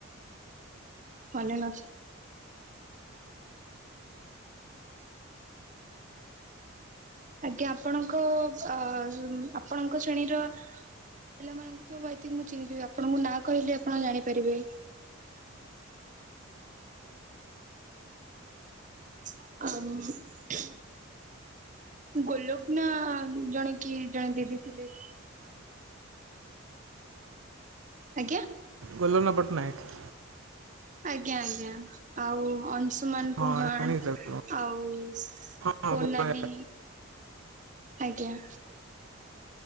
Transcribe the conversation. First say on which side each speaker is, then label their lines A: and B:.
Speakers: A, on the right; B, on the right.
A: ମନେ ନ ଆଜ୍ଞା ଆପଣଙ୍କ ଅ ଆପଣଙ୍କ ଶ୍ରେଣୀର ପିଲାମାନଙ୍କୁ ତ ଆଇ ଥିଙ୍କ ମୁଁ ଚିହ୍ନିଥିବି ଆପଣଙ୍କୁ ନାଁ କହିଲେ ଆପଣ ଜାଣିପାରିବେ। ଆମ୍ ଉଁ ହୁଁ। ଗୋଲଗ୍ନା ଜଣେ କିଏ ଜଣେ ଦିଦି ଥିଲେ। ଆଜ୍ଞା।
B: ଗୋଲଗ୍ନା ପଟ୍ଟନାୟକ।
A: ଆଜ୍ଞା ଆଜ୍ଞା ଆଉ ଅଂଶୁମାନ
B: ହଁ
A: ପୁହାଣ
B: ଜାଣିଛି ତାକୁ
A: ଆଉ ସୋନାଲି
B: ହଁ ପୁରୁଣା
A: ଆଜ୍ଞା।